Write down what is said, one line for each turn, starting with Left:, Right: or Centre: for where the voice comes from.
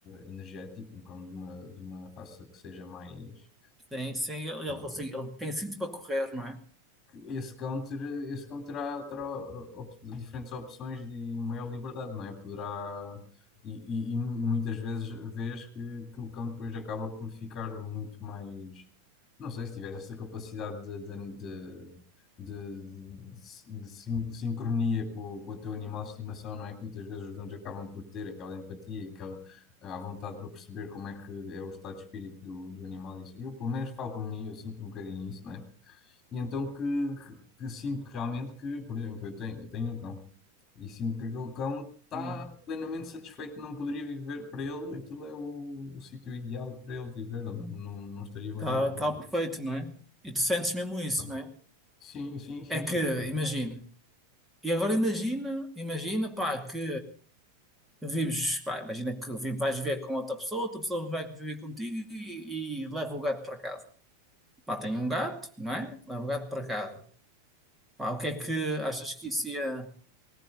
Left: eh, energético, um cão de uma, de uma raça que seja mais
Centre: Sim, sim, ele,
Left: sei
Centre: ele,
Left: lá,
Centre: consegue- ele tem sítio para correr, não é?
Left: esse cão, ter, esse cão terá, terá op- diferentes opções e maior liberdade, não é? Poderá. E, e- e muitas vezes vês que, que o cão depois acaba por ficar muito mais. Não sei, se tiver essa capacidade de, de, de, de- de- de sin- sincronia com, o- com o teu animal de estimação, não é? Que muitas vezes os donos acabam por ter aquela empatia, aquela à vontade para perceber como é que é o estado de espírito do, do animal. isso- Eu, pelo menos, falo para mim, eu sinto um bocadinho isso, não é? E então que, que, que sinto que realmente que, por exemplo, eu tenho, eu tenho um cão e sinto que aquele cão está
Centre: Hum.
Left: plenamente satisfeito, não poderia viver para ele, aquilo é o, o sítio ideal para ele viver, não, não, não estaria bem
Centre: Tá,
Left: no outro
Centre: tá
Left: lugar.
Centre: perfeito, não é? E tu sentes mesmo isso,
Left: sabe?
Centre: não é?
Left: Sim, sim, sim,
Centre: É
Left: sim.
Centre: que, imagina. E agora imagina, imagina, pá, que vives, pá, imagina que vi- vais viver com outra pessoa, outra pessoa vai viver contigo e, e leva o gato para casa. Pá, tem um gato, não é? Leva o gato para casa. Pá, o que é que achas que isso ia...